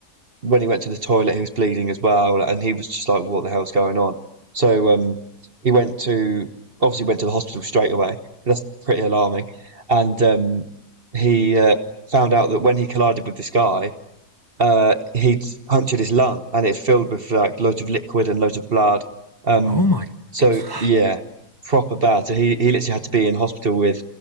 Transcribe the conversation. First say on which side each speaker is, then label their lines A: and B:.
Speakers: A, on the right; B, on the left.
A: when he went to the toilet, he was bleeding as well, and he was just like, "What the hell's going on?" So um, he went to obviously went to the hospital straight away. That's pretty alarming, and um, he uh, found out that when he collided with this guy, uh, he'd punctured his lung, and it's filled with like loads of liquid and loads of blood. Um,
B: Oh my.
A: so
B: <sighs>
A: yeah, proper bad. So he he literally had to be in hospital with